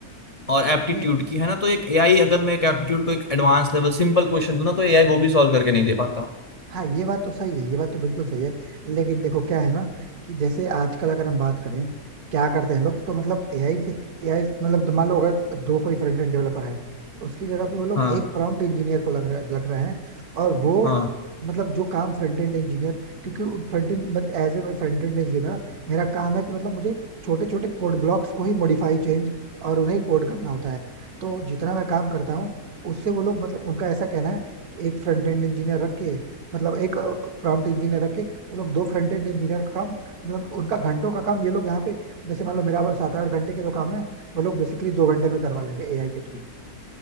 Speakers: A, on the left; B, on the right.
A: और एप्टीट्यूड
B: नहीं
A: की है ना तो एक एआई अगर मैं एक एप्टीट्यूड को एक एडवांस लेवल सिंपल क्वेश्चन दूं ना तो एआई वो भी सॉल्व करके नहीं दे पाता
B: हाँ ये बात तो सही है ये बात तो बिल्कुल सही है लेकिन देखो क्या है ना कि जैसे आजकल अगर हम बात करें क्या करते हैं लोग तो मतलब एआई से एआई मतलब मान लो अगर दो कोई फ्रंट एंड डेवलपर है उसकी जगह पे वो लोग
A: हाँ
B: एक प्रॉम्प्ट इंजीनियर को लग रहा लग रहे हैं और वो
A: हाँ
B: मतलब जो काम फ्रंट एंड इंजीनियर क्योंकि फ्रंट एंड मतलब एज ए मैं फ्रंट एंड इंजीनियर मेरा काम है कि मतलब मुझे छोटे छोटे कोड ब्लॉक्स को ही मॉडिफाई चेंज और उन्हें कोड करना होता है तो जितना मैं काम करता हूँ उससे वो लोग मतलब उनका ऐसा कहना है कि एक फ्रंट एंड इंजीनियर रख के मतलब एक प्रॉम्प्ट इंजीनियर रखे वो लोग दो फ्रंट एंड इंजीनियर का काम मतलब उनका घंटों का काम ये लोग यहाँ पे जैसे मान लो मेरा बस सात आठ घंटे के जो काम है वो लोग बेसिकली दो घंटे में करवा लेंगे एआई के थ्रू